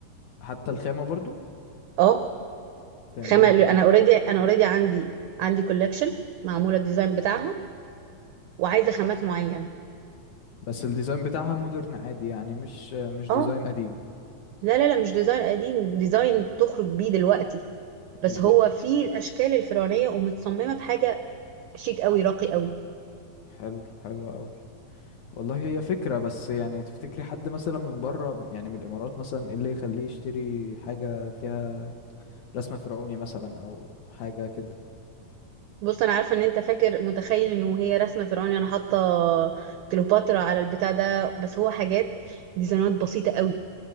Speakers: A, on the left; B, on the right.
A: حتى الخامة برضو
B: اه
A: تمام
B: خامه انا اوريدي انا اوريدي عندي عندي كولكشن معموله الديزاين بتاعها وعايزه خامات معينه
A: بس الديزاين بتاعها مودرن عادي يعني مش مش
B: اه
A: ديزاين قديم
B: لا لا لا مش ديزاين قديم ديزاين تخرج بيه دلوقتي بس
A: بالظبط
B: هو فيه الاشكال الفرعونيه ومتصممه بحاجه شيك قوي راقي قوي
A: حلو حلو قوي والله هي فكرة بس يعني تفتكري حد مثلا من بره يعني من الإمارات مثلا ايه اللي يخليه يشتري حاجة فيها رسمة فرعوني مثلا أو حاجة كده
B: بص انا عارفه ان انت فاكر متخيل انه هي رسمه فرعوني انا حاطه كليوباترا على البتاع ده بس هو حاجات ديزاينات بسيطه قوي